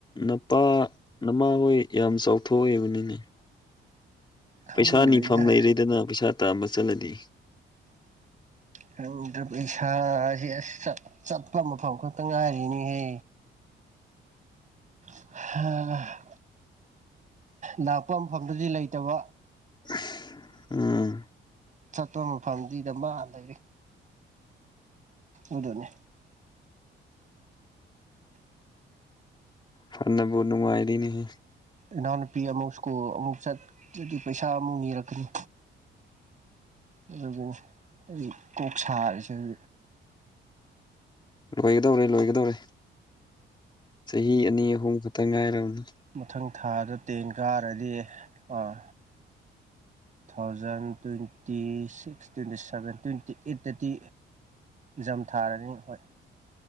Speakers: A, on the left; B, on the right.
A: ꯅꯄꯥ ꯅꯃꯥꯍꯣꯏ ꯌꯥꯝ ꯆꯥꯎꯊꯣꯛꯏꯕꯅꯤꯅꯦ꯫
B: ꯈꯪꯗ꯭ꯔꯦꯗ
A: ꯄꯩꯁꯥ ꯅꯤꯐꯝ ꯂꯩꯔꯦꯗꯅ ꯄꯩꯁꯥ ꯇꯥꯝꯕ ꯆꯠꯂꯗꯤ꯫
B: ꯈꯪꯗ꯭ꯔ ꯄꯩꯁꯥꯁꯦ ꯑꯁ ꯆꯠ ꯆꯠꯄ ꯃꯐꯝ ꯈꯛꯇ ꯉꯥꯏꯔꯤꯅꯤꯍꯦ꯫ ꯍꯥ꯫ ꯅꯥꯛꯄ ꯃꯐꯝꯗꯗꯤ ꯂꯩꯇꯕ꯫
A: <unintelligible>
B: ꯆꯠꯄ ꯃꯐꯝꯗꯤ ꯗꯃꯥ ꯂꯩꯔꯤ꯫ ꯑꯗꯨꯅꯦ꯫
A: ꯐꯟꯅꯕꯨ ꯅꯨꯡꯉꯥꯏꯔꯤꯅꯤ ꯍꯦ꯫
B: ꯏꯅꯥꯎꯅꯨꯄꯤ ꯑꯃꯨꯛ ꯁ꯭ꯀꯨꯜ ꯑꯃꯨꯛ ꯆꯠꯗꯤ ꯄꯩꯁꯥ ꯑꯃꯨꯛ ꯅꯤꯔꯛꯀꯅꯤ꯫ ꯑꯗꯨꯒꯤꯅꯤ ꯑꯩ ꯀꯣꯛ ꯁꯥꯔꯤꯁꯦ <inaudible>
A: ꯂꯣꯏꯒꯗꯧꯔꯦ ꯂꯣꯏꯒꯗꯧꯔꯦ ꯆꯍꯤ ꯑꯅꯤ ꯑꯍꯨꯝ ꯈꯛꯇꯪ ꯉꯥꯏꯔꯕꯅꯤ꯫
B: ꯃꯊꯪ ꯊꯥꯗ ꯇꯦꯟ ꯀꯥꯔꯗꯤ ꯑꯥ꯫ Thousand twenty six twenty seven twenty eight ꯗꯇꯤ ꯖꯝ ꯊꯥꯔꯅꯤ ꯍꯣꯏ